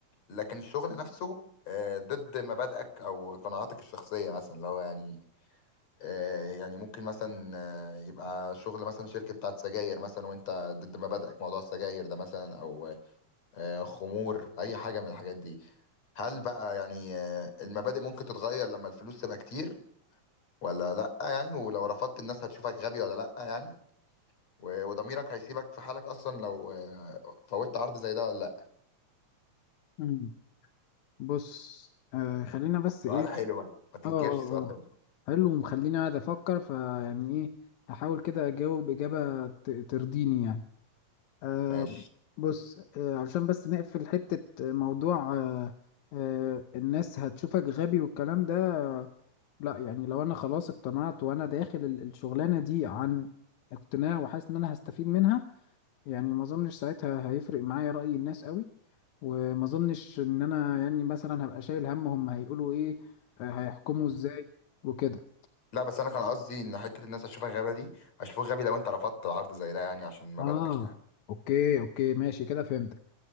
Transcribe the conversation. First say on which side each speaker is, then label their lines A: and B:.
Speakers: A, on the left (about 65°); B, on the left (about 80°).
A: لكن الشغل نفسه آه، ضد مبادئك او قناعاتك الشخصيه مثلا اللي هو يعني آه، يعني ممكن مثلا آه، يبقى شغل مثلا شركه بتاعت سجاير مثلا وانت ضد مبادئك موضوع السجاير ده مثلا او آه، خمور اي حاجه من الحاجات دي هل بقى يعني آه، المبادئ ممكن تتغير لما الفلوس تبقى كتير ولا لا يعني ولو رفضت الناس هتشوفك غبي ولا لا يعني و- وضميرك هيسيبك في حالك اصلا لو آه، فوتت عرض زي ده ولا لا
B: مم. بص آه خلينا بس
A: سؤال
B: ايه
A: حلو بقى، ما تنكرش
B: اه اه اه
A: السؤال ده
B: حلو ومخليني قاعد افكر فيعني ايه احاول كده اجاوب اجابه ت- ترضيني يعني آه
A: ماشي
B: بص آه علشان بس نقفل حتة موضوع آه آه الناس هتشوفك غبي والكلام ده آه لا يعني لو انا خلاص اقتنعت وانا داخل ال- الشغلانة دي عن اقتناع وحاسس ان انا هستفيد منها يعني ما اظنش ساعتها هيفرق معايا رأي الناس قوي وما اظنش ان انا يعني مثلا هبقى شايل هم هم هيقولوا ايه آه هيحكموا ازاي وكده
A: لا بس انا كان قصدي ان حته الناس هتشوفك غبي دي هشوفك غبي لو انت رفضت عرض زي ده يعني عشان مبادئك
B: اه
A: يعني
B: اوكي اوكي ماشي كده فهمت